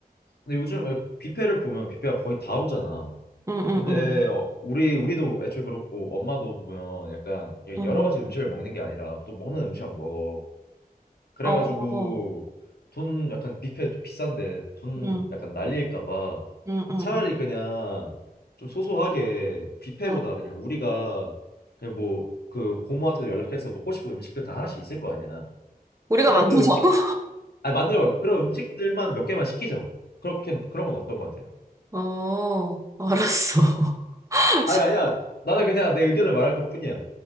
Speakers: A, on the left; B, on the right.
A: 근데 요즘 왜 뷔페를 보면 뷔페가 거의 다 오잖아.
B: 응,
A: 근데
B: 응, 응.
A: 어, 우리 우리도 애초에 그렇고 엄마도 보면 약간
B: 응,
A: 여러 가지 음식을 먹는 게 아니라 또 먹는 음식 안 먹어. 그래가지고
B: 어, 어.
A: 돈 약간 뷔페 좀 비싼데 돈
B: 응,
A: 약간 날릴까 봐
B: 응, 응,
A: 차라리
B: 응.
A: 그냥 좀 소소하게 뷔페보다
B: 어.
A: 그냥 우리가 그냥 뭐 그 고모한테도 연락해서 먹고 싶은 음식들 다 하나씩 있을 거 아니야.
B: 우리가
A: 차라리
B: 만든다고?
A: 그 음식 아 만들어 봐. 그런 음식들만 몇 개만 시키자고. 그렇게 그런 건 어떤 거 같아?
B: <laughs> 어, 알았어. <laughs> 시-
A: 아니, 아니야. 나는 그냥 내 의견을 말할 것뿐이야.